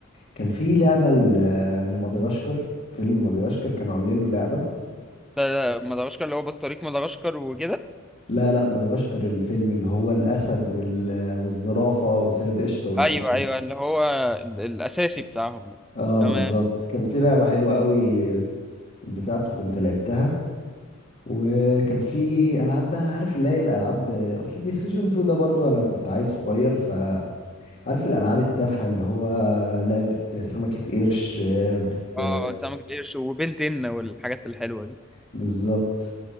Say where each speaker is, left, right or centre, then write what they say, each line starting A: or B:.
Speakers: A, on the left; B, in the centre.
A: كان في لعبة ل- لمدغشقر فيلم مدغشقر كانوا عاملين له لعبة
B: ف- مدغشقر اللي هو بطريق مدغشقر وكده
A: لا لا مدغشقر الفيلم اللي هو الاسد وال- والزرافة وسيد قشطة والحاجات
B: ايوه
A: دي
B: ايوه اللي هو ال- الاساسي بتاعهم يعني.
A: اه
B: تمام
A: بالظبط كان في لعبة حلوة قوي بتاعته كنت لعبتها وكان في العاب بقى عارف اللي هي الالعاب اصل بلاي ستيشن 2 ده برضو انا كنت عيل صغير فعارف الالعاب التافهة اللي هو لعبة سمكة قرش آه، بت
B: اه سمك القرش وبنتين والحاجات الحلوة دي
A: بالظبط